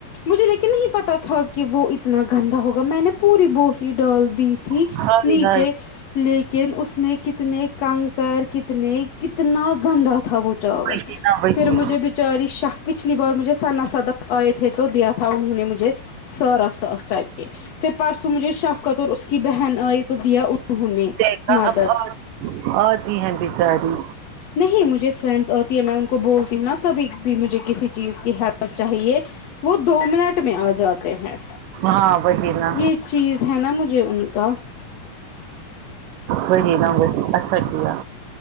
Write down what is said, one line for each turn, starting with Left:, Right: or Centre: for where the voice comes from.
Left: مجھے لیکن نہیں پتا تھا کہ وہ اتنا گندا ہوگا میں نے پوری بوری ڈال دی تھی
Right: ہائی
Left: نیچے
Right: ہائی
Left: لیکن اس میں کتنے کنکر کتنے کتنا گندا تھا وہ چاول
Right: وہی نہ وہی
Left: پھر مجھے بھی چاری شاہ پچھلی بار مجھے سنا سدف آئے تھے تو دیا تھا انہوں نے مجھے سارا صاف کر کے پھر پرسوں مجھے شفقت اور اس کی بہن آئی تو دیا انہوں نے
Right: دیکھا
Left: مدد
Right: اب آ آتی ہے بیچاری
Left: نہیں مجھے فرینڈس آتی ہے میں ان کو بولتی ہوں نا کبھی بھی مجھے کسی چیز کی ہیلپ چاہیے وہ دو منٹ میں آ جاتے ہیں
Right: ہاں وہی نہ
Left: یہ چیز ہے نا مجھے ان کا
Right: وہی نہ وہی اچھا کیا